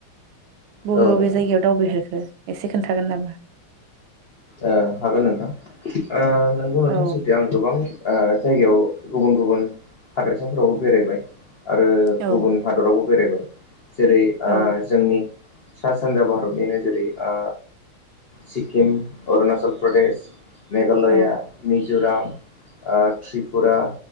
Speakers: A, on the right; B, on the left.
A: बबे
B: औ
A: बबे
B: नोंथां
A: जायगायाव दावबायहेरखो एसे खोन्थागोन नामा?
B: ओ हागोन नोंथां आ नोंगौ नोंथां
A: औ
B: सैथो आं गोबां आ जायगायाव गुबुन गुबुन हादोरसाफोरावबो बेरायबाय आरो
A: औ
B: गुबुन हादरावबो बेरायबाय जेरै
A: औ
B: आ जोंनि सा सानजा भारतनिनो जेरै आ सिक्किम अरुणाचल प्रदेश मेघालया
A: औ
B: मिज'राम आ त्रिपुरा